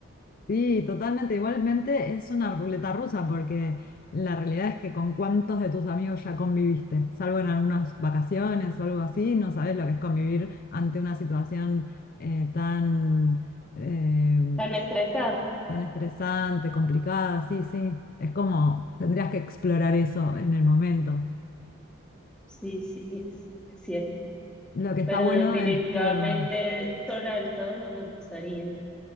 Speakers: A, on the left; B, in the centre.
A: Sí, totalmente. Igualmente es una ruleta rusa porque la realidad es que con cuántos de tus amigos ya conviviste, salvo en algunas vacaciones o algo así, no sabes lo que es convivir ante una situación eh, tan, eh,
B: Tan estresante.
A: tan estresante, complicada. Sí, sí. Es como tendrías que explorar eso en el momento.
B: Sí, sí, es, es cierto.
A: Lo que está
B: Pero
A: bueno
B: definitivamente
A: es que...
B: sola del todo no me gustaría.